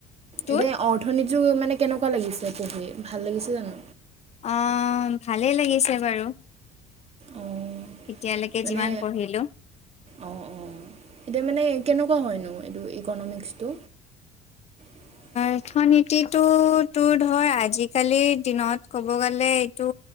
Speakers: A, on the left; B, on the right.
A: তোৰ
B: এদে অ' থনীতিটো মানে কেনেকুৱা লাগিছে পঢ়ি ভাল লাগিছে জানো?
A: অ', ভালেই লাগিছে বাৰু।
B: অঁ
A: এতিয়ালৈকে
B: মানে
A: যিমান পঢ়িলো।
B: অঁ অঁ এতিয়া মানে কেনেকুৱা হয়নো এইটো ইকনমিক্সটো? <inaudible>
A: অৰ্থনীতিটো তোৰ ধৰ আজিকালিৰ দিনত ক'ব গ'লে এইটো